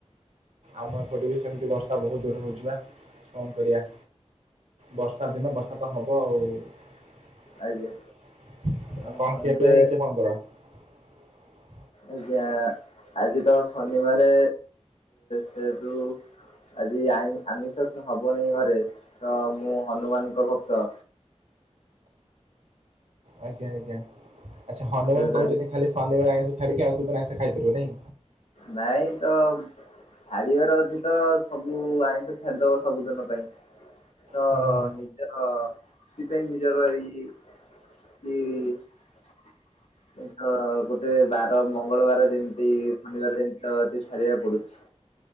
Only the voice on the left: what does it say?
ଆଜ୍ଞା। ହଁ
ଏବେ
ଆଜ୍ଞା ଆଜି ତ ଶନିବାରେ ସେତୁ ଆଜି ଆ ଆମିଷ ହବନି ଘରେ ତ ମୁଁ ହନୁମାନଙ୍କ ଭକ୍ତ।
ସେ
ନାଇଁ ତ? ଛାଡିବାର ଅଛି ତ ସବୁ ଆଇଁଷ ଛାଡିଦବ ସବୁଦିନ ପାଇଁ। ତ
ନିଜର ସେ ସିପାଇଁ ନିଜର ଏଇ <unintelligible> ତ ଗୋଟେ ବାର ମଙ୍ଗଳବାର ଯେମିତି ମାନିବାର ଯେମିତି ତ ଏ ସାରିବାକୁ ପଡୁଛି।